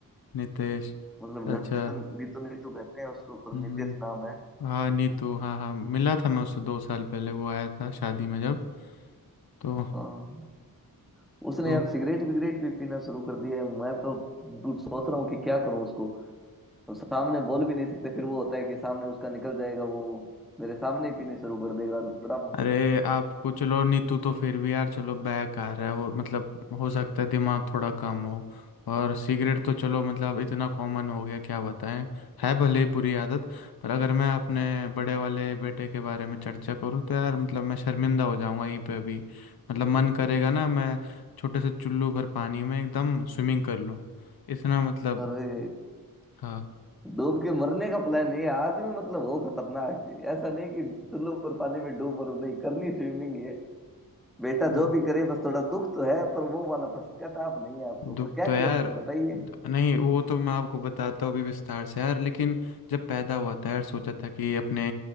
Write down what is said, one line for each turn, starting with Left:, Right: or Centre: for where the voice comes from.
Left: नितेश
Centre: मतलब
Left: अच्छा
Centre: घर में तो नीतू नीतू कहते हैं उसको पर
Left: हम्म
Centre: नितेश नाम है
Left: हाँ नीतू हाँ हाँ मिला था मैं उससे दो साल पहले वो आया था शादी में जब तो
Centre: हाँ उसने
Left: तो
Centre: यार सिगरेट विगरेट भी पीना शुरू कर दिया है मैं तो मतलब सोच रहा हूँ कि क्या करूँ उसको तो सामने बोल भी नहीं सकते फिर वो होता है कि सामने उसका निकल जाएगा वो मेरे सामने ही पीने शुरू कर देगा और बड़ा मतलब
Left: अरे आपको चलो नीतू तो फिर भी यार चलो बैक आ रहा है हो मतलब हो सकता है दिमाग थोड़ा कम हो और सिगरेट तो चलो मतलब इतना कॉमन हो गया क्या बताएं है भले ही बुरी आदत पर अगर मैं अपने बड़े वाले बेटे के बारे में चर्चा करूँ तो यार मतलब मैं शर्मिंदा हो जाऊंगा यहीं पे अभी मतलब मन करेगा ना मैं छोटे से चुल्लू भर पानी में एकदम स्विमिंग कर लूँ इतना मतलब
Centre: अरे
Left: हाँ
Centre: डूब के मरने का प्लान है ये आदमी मतलब वो खतरनाक है ऐसा नहीं कि चुल्लू पर पानी में डूब मरो नहीं करनी स्विमिंग है बेटा
Left: वो
Centre: जो भी करे बस थोड़ा दुख तो है पर वो वाला पश्चाताप नहीं है आपको
Left: दुख
Centre: पर क्या
Left: तो यार
Centre: किया उसने बताइए
Left: नहीं वो तो मैं आपको बताता हूँ अभी विस्तार से यार लेकिन जब पैदा हुआ था यार सोचा था कि अपने